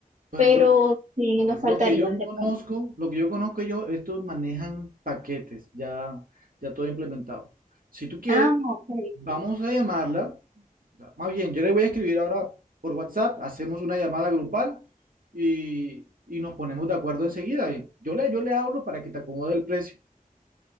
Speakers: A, on the right (about 70°); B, on the right (about 55°).
A: Bueno,
B: pero
A: lo, que
B: sí
A: no,
B: nos
A: lo
B: faltarían
A: que yo
B: de
A: conozco,
B: pronto.
A: lo que yo conozco yo, estos manejan paquetes, ya, ya todo implementado. Si tú quieres,
B: Ah, ok,
A: vamos a llamarla Más bien, yo le voy a escribir ahora por WhatsApp, hacemos una llamada grupal y, y nos ponemos de acuerdo enseguida. Y yo le, yo le hablo para que te acomode el precio.